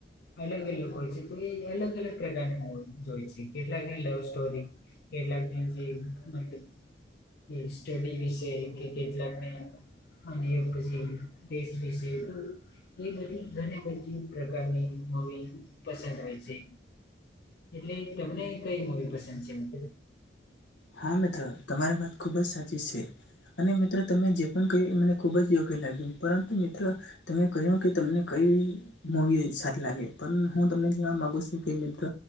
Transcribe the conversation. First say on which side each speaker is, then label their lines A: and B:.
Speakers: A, on the left (about 60°); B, on the left (about 80°).
A: અલગ અલગ હોય છે તો એ અલગ અલગ પ્રકારની મૂવી જોય છે કેટલાકને લવ સ્ટોરી કેટલાક ને જે મતલબ કે સ્ટડી વિશે કે કેટલાકને અને પછી દેશ વિશે એ બધી ઘણી બધી પ્રકારની મૂવી પસંદ હોય છે. એટલે તમને કઈ મુવી પસંદ છે
B: હા મિત્ર તમારી વાત ખુબ જ સાચી છે. અને મિત્રો તમે જે પણ કહ્યું એ મને ખૂબ જ યોગ્ય લાગ્યું પરંતુ, મિત્ર તમે કહ્યું કે તમને કઈ મુવી સારી લાગે પણ હું તમને કેવા માંગુ છે કે મિત્ર